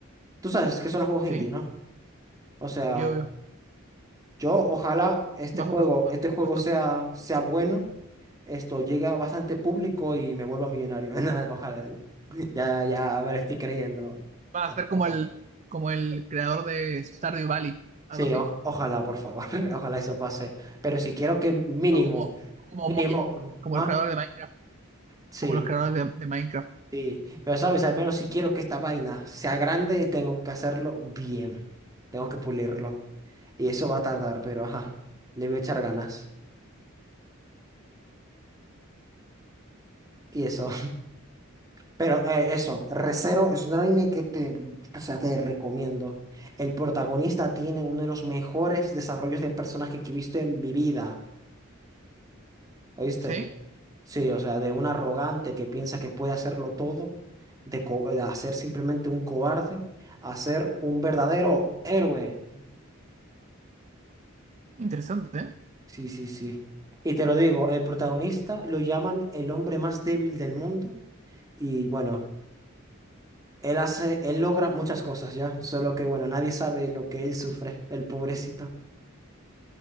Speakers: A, on the right; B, on the right.
A: Tú sabes que son los juegos indie,
B: Sí,
A: ¿no? O sea,
B: sí, obvio.
A: yo ojalá este
B: Bajo
A: juego,
B: presu- bajo
A: este juego
B: presupuesto.
A: sea, sea bueno, esto llegue a bastante público y me vuelva millonario. <laughs> Nada, Ojalá. <laughs> Ya, ya me lo estoy creyendo.
B: Va a ser como
A: Ojalá.
B: el, como el creador de Stardew Valley, algo
A: Sí,
B: así.
A: o- ojalá, por favor, <laughs> ojalá eso pase. Pero si quiero que mínimo,
B: O como, o como
A: mínimo,
B: Mojang, como
A: ah,
B: el creador de Minecraft,
A: sí,
B: como los creadores de, de Minecraft.
A: sí. Pero sabes, al menos si quiero que esta vaina sea grande, tengo que hacerlo bien. Tengo que pulirlo. Y eso va a tardar, pero ajá, le voy a echar ganas. Y eso. <laughs> Pero eh, eso, Re:Zero es un anime que te, o sea, te recomiendo. El protagonista tiene uno de los mejores desarrollos de personaje que he visto en mi vida. ¿Oíste?
B: ¿Sí?
A: Sí, o sea, de un arrogante que piensa que puede hacerlo todo, de, co- de hacer simplemente un cobarde, a ser un verdadero héroe.
B: Interesante, ¿eh?
A: Sí, sí, sí. Y te lo digo, el protagonista lo llaman el hombre más débil del mundo y bueno, él hace, él logra muchas cosas ya, solo que bueno, nadie sabe lo que él sufre, el pobrecito.